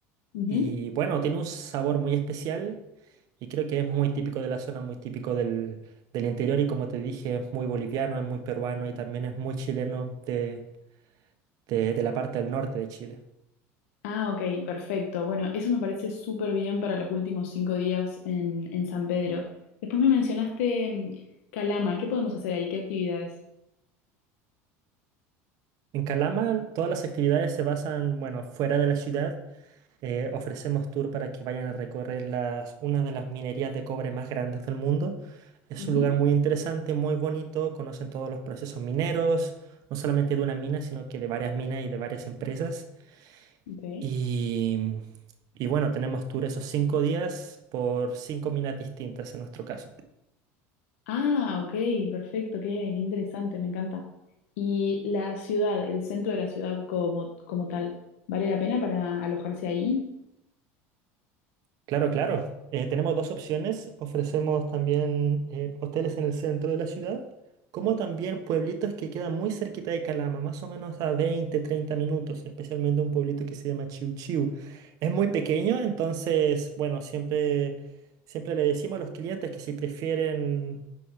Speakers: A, on the left; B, on the right.
A: Ujú.
B: Y bueno, tiene un sabor muy especial y creo que es muy típico de la zona, muy típico del, del interior y como te dije, es muy boliviano, es muy peruano y también es muy chileno de, de- de la parte del norte de Chile.
A: Ah, ok, perfecto. Bueno, eso me parece súper bien para los últimos cinco días en, en San Pedro. Después me mencionaste mm, Calama. ¿Qué podemos hacer ahí? ¿Qué actividades?
B: En Calama todas las actividades se basan, bueno, fuera de la ciudad. Eh, ofrecemos tour para que vayan a recorrer las, una de las minerías de cobre más grandes del mundo. Es
A: Ujú.
B: un lugar muy interesante, muy bonito, conocen todos los procesos mineros, no solamente de una mina, sino que de varias minas y de varias empresas.
A: Ok.
B: Y, y bueno, tenemos tour esos cinco días por cinco minas distintas en nuestro caso.
A: Ah, ok, perfecto. Qué, qué interesante, me encanta. Y la ciudad, el centro de la ciudad como, como tal, ¿vale la pena para alojarse ahí?
B: Claro, claro. Eh, tenemos dos opciones. Ofrecemos también eh, hoteles en el centro de la ciudad, como también pueblitos que quedan muy cerquita de Calama, más o menos a 20 30 minutos, especialmente un pueblito que se llama Chiu Chiu. Es muy pequeño, entonces, bueno, siempre, siempre le decimos a los clientes que si prefieren